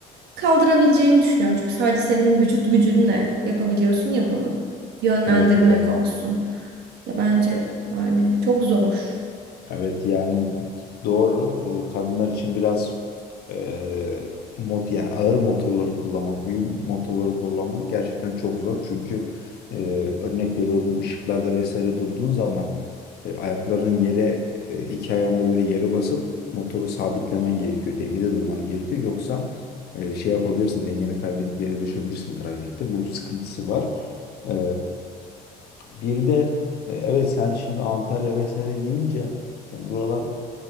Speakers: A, on the right; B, on the left.
A: kaldırabileceğimi düşünüyorum. Çünkü sadece senin vücut gücünle yapabiliyorsun ya bunu. Yönlendirmek
B: Evet evet.
A: olsun. Ya bence yani çok zor.
B: Evet yani doğru. Bu kadınlar için biraz eee mot yani ağır motorları kullanmak, büyük motorları kullanmak gerçekten çok zor. Çünkü eee, örnek veriyorum ışıklarda vesaire durduğun zaman e, ayakların yere e, iki ayağında böyle yere basıp motoru sabitlemen gerekiyor. Dengede durman gerekiyor. Yoksa e, şey yapabilirsin, dengeni kaybedip yere düşebilirsin trafikte. Bu sıkıntısı var. E, bir de e, evet sen şimdi Antalya vesaire deyince e, buralar